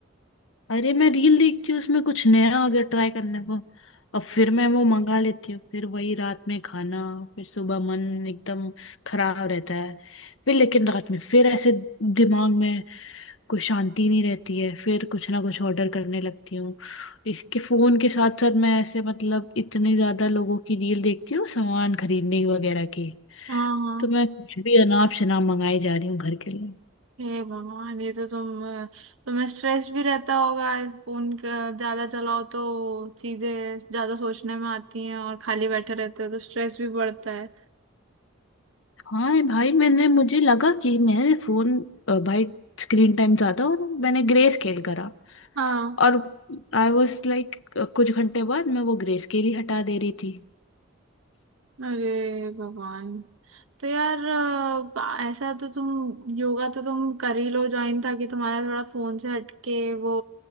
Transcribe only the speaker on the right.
हाँ हाँ
हे भगवान ये तो तुम तुम्हें स्ट्रेस भी रहता होगा फोन का ज्यादा चलाओ तो चीजें ज्यादा सोचने में आती हैं और खाली बैठे रहते हो तो स्ट्रेस भी बढ़ता है
हाँ
अरे भगवान तो यार अ, बा- ऐसा तो तुम योगा तो तुम कर ही लो ज्वाइन ताकि तुम्हारा थोड़ा फोन से हटके वो